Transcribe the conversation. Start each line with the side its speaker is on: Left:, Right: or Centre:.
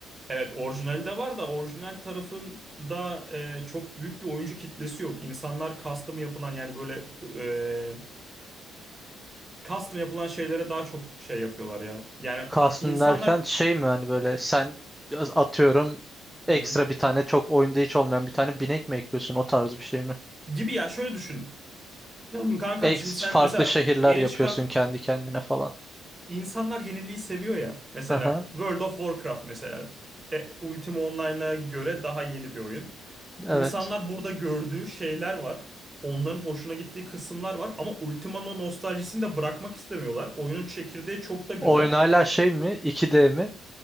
Right: Evet orijinali de var da orijinal tarafında e, çok büyük bir oyuncu kitlesi yok. İnsanlar custom yapılan yani böyle e, custom yapılan şeylere daha çok şey yapıyorlar ya. Yani
Centre: Kalsın
Right: at- insanlar
Centre: derken şey mi hani böyle sen atıyorum ekstra
Right: Hı hı.
Centre: bir tane çok oyunda hiç olmayan bir tane binek mi ekliyorsun o tarz bir şey mi?
Right: gibi ya şöyle düşün. Kankam
Centre: Ex
Right: şimdi sen
Centre: farklı
Right: mesela
Centre: şehirler
Right: yeni
Centre: yapıyorsun
Right: çıkan
Centre: kendi kendine falan.
Right: insanlar yeniliği seviyor ya. Mesela
Centre: Aha,
Right: World of Warcraft mesela e, Ultima Online'a göre daha yeni bir oyun.
Centre: evet.
Right: İnsanlar burada gördüğü şeyler var. Onların hoşuna gittiği kısımlar var ama Ultima'nın o nostaljisini de bırakmak istemiyorlar. Oyunun çekirdeği çok da güzel.
Centre: Oyun hala şey mi? 2D mi?